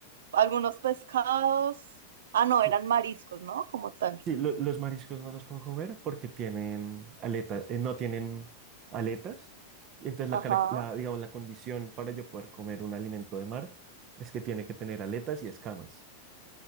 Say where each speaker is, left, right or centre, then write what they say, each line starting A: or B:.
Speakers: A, on the right; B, on the right.
A: algunos pescados. Ah, no,
B: sí,
A: eran mariscos, ¿no? Como tal.
B: sí, lo- los mariscos no los puedo comer porque tienen aletas, no tienen aletas. Y entonces
A: Ajá,
B: la, carac- la, digamos, la condición para yo poder comer un alimento de mar es que tiene que tener aletas y escamas.